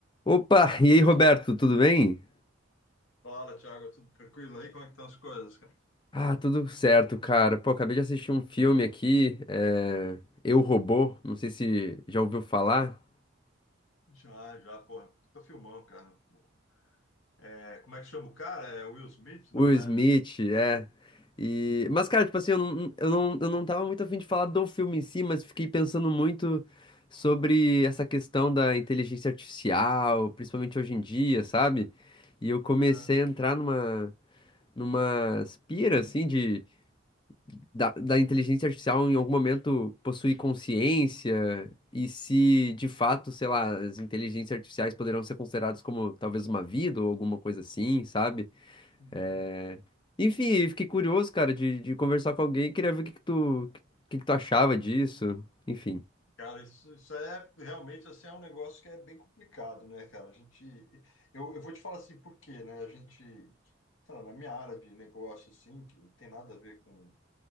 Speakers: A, on the left; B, on the left.
A: Opa, e aí, Roberto, tudo bem?
B: Fala, Thiago, tudo tranquilo aí? Como é que estão as coisas, cara?
A: Ah, tudo certo, cara. Pô, acabei de assistir um filme aqui, é... Eu, Robô, não sei se já ouviu falar.
B: Já, já, porra, tô filmão, cara. Pô. É, como é que chama o cara? É Will Smith, não
A: Will
B: é,
A: Smith,
B: né?
A: é. E...
B: Pô,
A: Mas,
B: cara.
A: cara, tipo assim, eu não, eu não, eu não tava muito afim de falar do filme em si, mas fiquei pensando muito sobre essa questão da inteligência artificial, principalmente hoje em dia, sabe? E eu comecei
B: Aham.
A: a entrar numa, numa pira, assim, de da, da inteligência artificial em algum momento possuir consciência e se de fato, sei lá, as inteligências artificiais poderão ser consideradas como talvez uma vida ou alguma coisa assim, sabe?
B: Uhum.
A: É, Enfim, eu fiquei curioso, cara, de, de conversar com alguém, queria ver o que que tu, o que que tu achava disso, enfim.
B: Cara, isso, isso é realmente assim, é um negócio que é bem complicado, né, cara? A gente. Eu, eu vou te falar assim, por quê, né? A gente, sei lá, na minha área de negócio, assim, que não tem nada a ver com